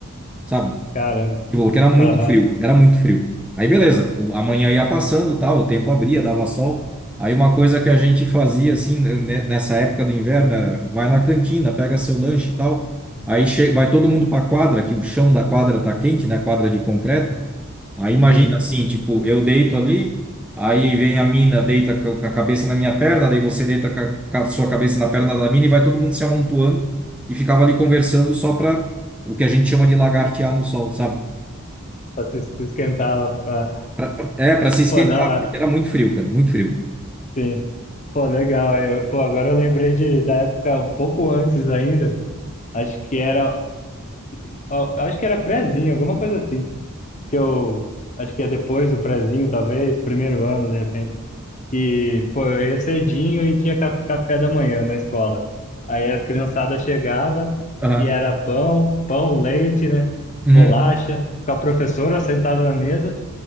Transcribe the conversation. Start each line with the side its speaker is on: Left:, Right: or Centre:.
Centre: sabe?
Left: Caramba.
Centre: Tipo, porque era muito
Left: Aham,
Centre: frio, era muito frio. Aí beleza, o- a manhã ia passando, tal, o tempo abria, dava sol. Aí uma coisa que a gente fazia assim né, né, nessa época do inverno era vai na cantina, pega seu lanche e tal. Aí che- vai todo mundo para a quadra, que o chão da quadra tá quente, né? Quadra de concreto. Aí imagina
Left: sim.
Centre: assim, tipo, eu deito ali, aí vem a mina, deita co- com a cabeça na minha perna, daí você deita com a com a sua cabeça na perna da mina e vai todo mundo se amontoando e ficava ali conversando só pra o que a gente chama de lagartear no sol, sabe?
Left: Pra se se esquentar lá. Ah,
Centre: Pra- pra- é, pra se esquentar,
Left: pô, da
Centre: porque
Left: hora.
Centre: era muito frio, cara, muito frio.
Left: Sim. Pô, legal. Eu, pô, agora eu lembrei de, da época um pouco antes ainda. Acho que era. ó, eu Acho que era prézinho, alguma coisa assim. Que eu. Acho que é depois do prézinho, talvez. Primeiro ano, de repente. que, pô, eu ia cedinho e tinha ca- café da manhã na escola. Aí a criançada chegava
Centre: Aham.
Left: e era pão, pão, leite, né?
Centre: Uhum.
Left: Bolacha, com a professora sentada na mesa